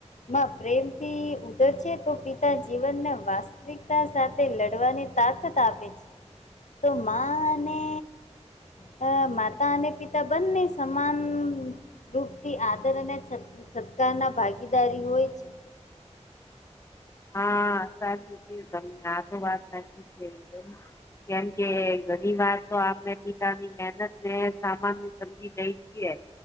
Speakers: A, on the left (about 85°); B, on the left (about 25°).
A: માં પ્રેમથી ઉધર છે તો પિતા જી જીવના વાસ્તવિકતા સાથે લડવાની તાકત આપે છે. તો માં ને અ માતા અને પિતા બંને સમાન રૂપ થી આદર અને સત્ સત્કાર ના ભાગીદારી હોય છે.
B: હા સાચું કીધું તમને આ તો વાત સાચી છે એકદમ. કેમ કે ઘણી વાર તો આપણે પિતાની મહેનત ને સામાન સમજી જઈ જીએ